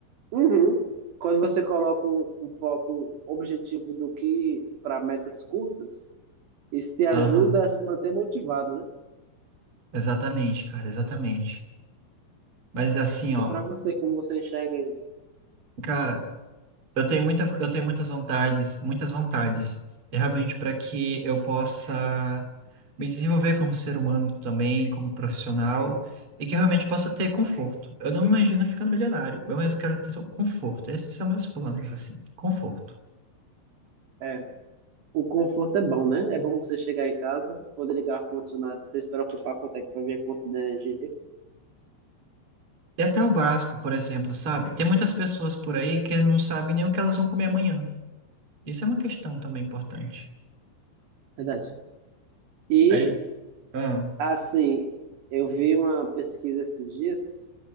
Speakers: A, on the right; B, on the right.
A: Uhum. Quando você coloca um, um foco um objetivo do que para metas curtas, isso te ajuda
B: Aham,
A: a se manter motivado, né?
B: exatamente, cara, exatamente. Mas assim, ó,
A: E para você, como você enxerga isso?
B: cara, eu tenho muita, eu tenho muitas vontades, muitas vontades, e realmente para que eu possa me desenvolver como ser humano também, como profissional, e que eu realmente possa ter conforto. Eu não me imagino ficando milionário, mas eu quero ter conforto. Esses são meus planos, assim, conforto.
A: É, o conforto é bom, né? É bom você chegar em casa, poder ligar o ar-condicionado, você se preocupar quanto é que vai vir a conta de energia.
B: E até o básico, por exemplo, sabe? Tem muitas pessoas por aí que não sabem nem o que elas vão comer amanhã. Isso é uma questão também importante.
A: Verdade. E,
B: Aí, ah,
A: assim, eu vi uma pesquisa esses dias